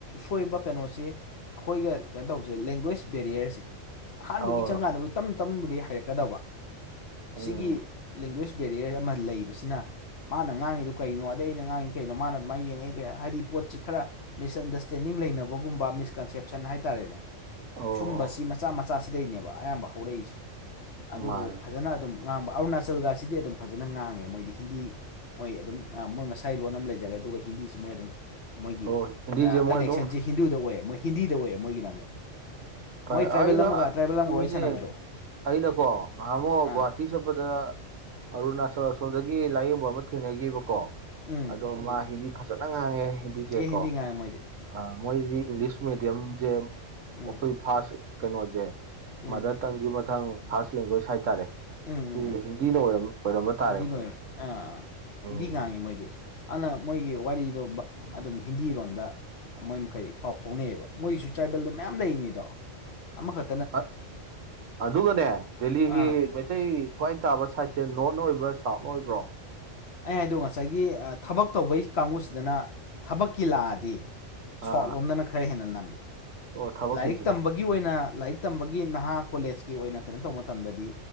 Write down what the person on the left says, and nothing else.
ꯁꯣꯏꯕ ꯀꯩꯅꯣꯁꯤ ꯑꯩꯈꯣꯏꯒ ꯀꯩꯅꯣ ꯇꯧꯕꯖꯦ ꯂꯦꯡꯒ꯭ꯋꯦꯁ ꯕꯦꯔꯤꯌꯥꯔꯖꯦ꯫ ꯑꯍꯥꯟꯕꯒꯤ
ꯆꯪꯀꯥꯟꯗꯕꯨꯗꯤ ꯇꯝ ꯇꯝꯕꯨꯗꯤ ꯍꯩꯔꯛꯀꯗꯕ
ꯁꯤꯒꯤ ꯂꯦꯡꯒ꯭ꯋꯦꯖ ꯕꯦꯔꯤꯌꯔ ꯑꯃ ꯂꯩꯕꯁꯤꯅ ꯃꯥꯅ ꯉꯥꯡꯉꯤꯗꯣ ꯀꯩꯅꯣ ꯑꯗꯩ ꯑꯩꯅ ꯉꯥꯡꯉꯤ ꯀꯩꯅꯣ ꯃꯥꯅ ꯑꯗꯨꯃꯥꯏꯅ ꯌꯦꯡꯉꯛꯏ ꯀꯩꯅꯣ ꯍꯥꯏꯗꯤ ꯄꯣꯠꯁꯤ ꯈꯔ ꯃꯤꯁꯑꯟꯗꯔꯁꯇꯦꯟꯗꯤꯡ ꯂꯩꯅꯕꯒꯨꯝꯕ ꯃꯤꯁꯀꯟꯁꯦꯞꯁꯟ ꯍꯥꯏꯇꯥꯔꯦꯅꯦ꯫
ꯁꯨꯝꯕꯁꯤ
ꯃꯆꯥ ꯃꯆꯥꯁꯤꯗꯩꯅꯦꯕ ꯑꯌꯥꯝꯕ ꯍꯧꯔꯛꯏꯁꯦ ꯑꯗꯨꯕꯨ
ꯐꯖꯅ ꯑꯗꯨꯝ ꯉꯥꯡꯕ ꯑꯔꯨꯅꯥꯆꯜꯒꯁꯤꯗꯤ ꯑꯗꯨꯝ ꯐꯖꯅ ꯉꯥꯡꯉꯦ ꯃꯣꯏꯗꯤ ꯍꯤꯟꯗꯤ ꯃꯣꯏ ꯑꯗꯨꯝ ꯃꯣꯏ ꯃꯁꯥꯒꯤ ꯂꯣꯟ ꯑꯃ ꯂꯩꯖꯔꯦ ꯑꯗꯨꯒ ꯍꯤꯟꯗꯤꯁꯤ ꯃꯣꯏ ꯑꯗꯨꯝ ꯃꯣꯏꯒꯤ
ꯀꯅꯦꯛꯁꯟꯖꯤ
ꯍꯤꯟꯗꯨꯗ ꯑꯣꯏ ꯃꯣꯏ ꯍꯤꯟꯗꯤꯗ ꯑꯣꯏꯌꯦ ꯃꯣꯏꯒꯤꯅ ꯑꯃꯨꯛ꯫
ꯃꯣꯏ ꯇ꯭ꯔꯥꯏꯕꯦꯜ
ꯑꯃꯒ ꯇ꯭ꯔꯥꯏꯕꯦꯜ ꯑꯃꯒ
ꯋꯥꯔꯤ ꯁꯥꯟꯅꯕꯗꯣ
ꯑꯥ
ꯎꯝ
ꯑꯦ ꯍꯤꯟꯗꯤ ꯉꯥꯡꯉꯦ ꯃꯣꯏꯗꯤ
ꯎꯝ
ꯎꯝ
<unintelligible> ꯎꯝ꯫
ꯍꯤꯟꯗꯤ ꯑꯣꯏꯔꯦ
ꯑꯥ
ꯍꯤꯟꯗꯤ ꯉꯥꯡꯉꯦ ꯃꯣꯏꯗꯤ ꯑꯗꯨꯅ ꯃꯣꯏꯒꯤ ꯋꯥꯔꯤꯗꯣ ꯑꯗꯨꯝ ꯍꯤꯟꯗꯤꯔꯣꯝꯗ ꯃꯣꯏ ꯃꯈꯩ ꯄꯥꯎ ꯐꯥꯎꯅꯩꯑꯕ ꯃꯣꯏꯒꯤꯁꯨ ꯇ꯭ꯔꯥꯏꯕꯦꯜꯗ ꯃꯌꯥꯝ ꯂꯩꯔꯤꯅꯤꯗꯣ ꯑꯃꯈ
ꯑꯥ
ꯑꯩ ꯍꯥꯏꯗꯣ ꯉꯁꯥꯏꯒꯤ ꯊꯕꯛ ꯇꯧꯕꯒꯤ ꯀꯥꯡꯕꯨꯁꯤꯗꯅ ꯊꯕꯛꯀꯤ ꯂꯥꯛꯑꯗꯤ ꯁ꯭ꯋꯥꯠ
ꯂꯣꯝꯗꯅ ꯈꯔ ꯍꯦꯟꯅ ꯅꯝꯃꯤ
ꯂꯥꯏꯔꯤꯛ ꯇꯝꯕꯒꯤ ꯒꯤ ꯑꯣꯏꯅ ꯂꯥꯏꯔꯤꯛ ꯇꯝꯕꯒꯤ ꯅꯍꯥ ꯀꯣꯂꯦꯖꯀꯤ ꯑꯣꯏꯅ ꯀꯩꯅꯣ ꯇꯧꯕ ꯃꯇꯝꯗꯗꯤ